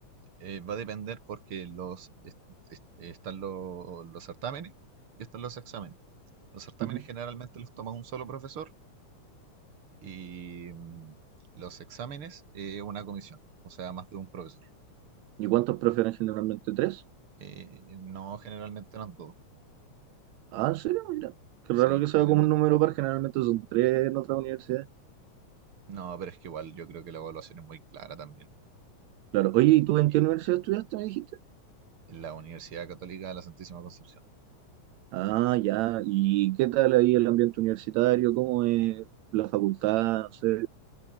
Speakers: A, on the right (about 50°); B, on the right (about 75°).
A: Eh, va a depender porque los est- est- están los, los certámenes y están los exámenes. Los certámenes
B: Ujú.
A: generalmente los toma un solo profesor y mm, los exámenes, eh, una comisión, o sea, más de un profesor.
B: ¿Y cuántos prefieren generalmente? ¿Tres?
A: Eh, no, generalmente no en todo,
B: Ah, ¿en serio? Mira, qué
A: sí,
B: raro que sea
A: generalmente.
B: como un número par, generalmente son tres en otras universidades.
A: No, pero es que igual yo creo que la evaluación es muy clara también.
B: Claro, oye, ¿y tú en
A: Y
B: qué universidad estudiaste, me dijiste?
A: en la Universidad Católica de la Santísima Concepción.
B: Ah, ya, ¿y qué tal ahí el ambiente universitario? ¿Cómo es la facultad? No sé,